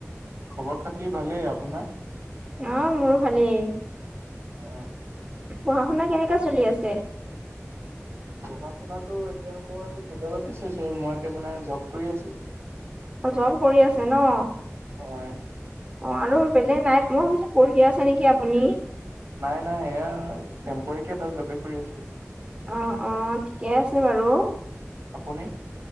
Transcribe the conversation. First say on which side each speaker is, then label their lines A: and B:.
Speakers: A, on the right; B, on the right.
A: খবৰ খাতি
B: <inaudible>
A: ভালেই আপোনাৰ
B: অ' মোৰ ভালেই,
A: হয়,
B: পঢ়া শুনা কেনেকা চলি আছে?
A: পঢ়া শুনাটো এতিয়া মই কেতিয়াবাতে চেছ হ'ল, মই এতিয়া মানে জব কৰি আছোঁ।
B: অ' জব কৰি আছে ন?
A: অ'
B: অ', আৰু বেলেগ নাই, মই ভাবিছোঁ পঢ়ি আছে নেকি আপুনি?
A: নাই, নাই এয়া টেম্পোৱাৰিকে এটা জবে কৰি আছোঁ।
B: অ', অ', ঠিকে আছে বাৰু।
A: আপুনি?